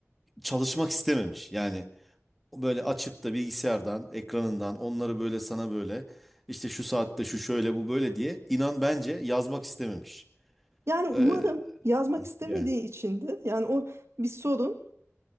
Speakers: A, in the centre; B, on the right (about 65°).
A: Çalışmak istememiş. Yani böyle açıp da bilgisayardan, ekranından onları böyle sana böyle işte şu saatte şu şöyle bu böyle diye inan bence yazmak istememiş.
B: Yani umarım
A: Ee,
B: yazmak istemediği
A: yani,
B: içindir. Yani o bir sorun.